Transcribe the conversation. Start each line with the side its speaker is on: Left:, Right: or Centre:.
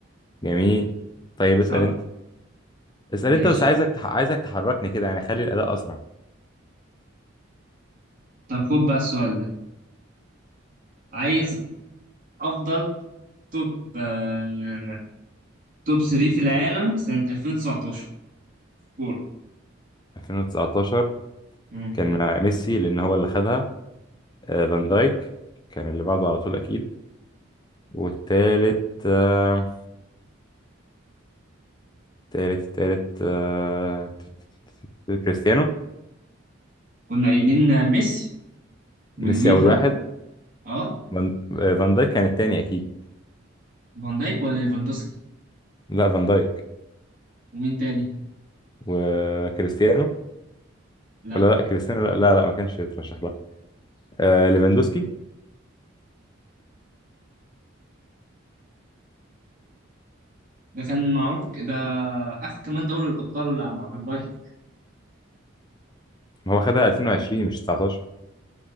Left: جميل طيب
Right: صح
Left: اسأل انت اسأل
Right: ماشي
Left: انت بس عايزك تح... عايزك تحركني كده يعني خلي الأداء أسرع
Right: طب خد بقى السؤال ده عايز افضل توب آه توب 3 في العالم سنه 2019 كوره
Left: 2019
Right: مم.
Left: كان مع ميسي لأن هو اللي خدها آه، فان دايك كان اللي بعده على طول أكيد والتالت آه، تالت تالت آه، ت- ت- ت- ت- كريستيانو
Right: كنا قايلين ميسي والليفا
Left: ميسي أول واحد
Right: اه
Left: فان آه، فان دايك كان التاني أكيد
Right: فان دايك ولا ليفاندوسكي
Left: لا فان دايك
Right: ومين تاني
Left: وكريستيانو
Right: لا
Left: ولا لا كريستيانو لا لا, لا ما كانش يترشح لها آه، ليفاندوسكي
Right: ده كان معروف ده اخر كمان دوري الابطال مع فان بايك
Left: هو خدها 2020 مش 19